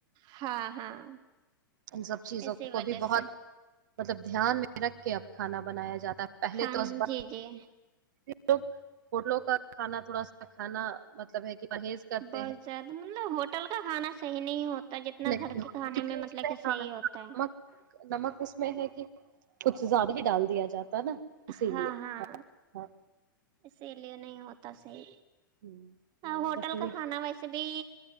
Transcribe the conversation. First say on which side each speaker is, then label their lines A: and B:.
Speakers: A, on the right; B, on the right.
A: ہاں ہاں
B: ان سب چیزوں
A: اسی وجہ
B: کو بھی بہت
A: سے
B: مطلب دھیان میں رکھ کے اب کھانا بنایا جاتا پہلے
A: کھانا
B: تو ب
A: جی جی
B: لو ہوٹلوں کا کھانا تھوڑا سا کھانا مطلب ہے کہ پرہیز کرتے
A: بہت
B: ہیں
A: زیادہ مطلب ہوٹل کا کھانا صحیح نہیں ہوتا جتنا
B: نہیں
A: گھر کے کھانے
B: کیونکہ
A: میں مطلب
B: اس
A: کہ صحیح ہوتا ہے
B: نمک نمک اس میں ہے کہ کچھ زیادہ بھی ڈال دیا جاتا ہے نا اسی
A: ہاں
B: لیے
A: ہاں
B: ہاں
A: اسی لیے نہیں ہوتا صحی
B: ہوں،
A: ہ
B: نہیں
A: ہوٹل
B: بس
A: کا
B: یہ
A: کھانا ویسے بھی